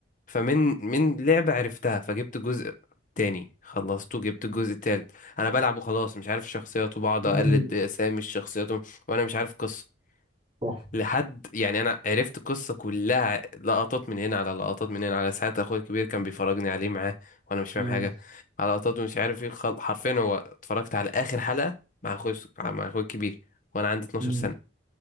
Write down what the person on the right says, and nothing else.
<laughs>
اه
مم.
مم.